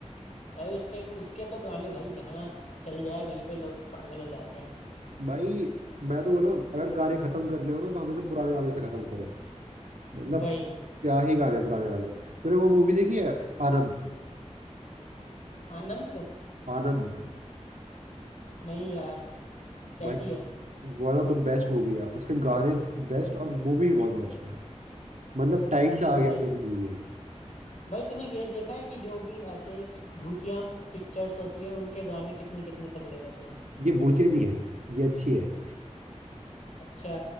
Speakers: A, on the left; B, on the right.
A: भाई उसके उसके तो गाने भाई जहाँ चल जाए वहीं पे लोग पागल हो जाते हैं
B: भाई मैं तो बोला अगर गाने खत्म करने हो ना तो हमेशा पुराने वाले से खत्म करो मतलब
A: वही
B: क्या ही गाने हैं पुराने वाले तूने वो मूवी देखी है आनंद
A: अनंत
B: आनंद
A: नहीं यार कैसी
B: भाई
A: है
B: one of the best movie है उसके गाने बेस्ट और मूवी भी बहुत बेस्ट है मतलब टाइम से आगे
A: भाई
B: वाली मूवी है
A: भाई तूने ये देखा है कि जो भी ऐसे भूतिया पिक्चर्स होती है उनके गाने कितने कितने तगड़े होते हैं
B: ये भूतिया नहीं है ये अच्छी है
A: अच्छा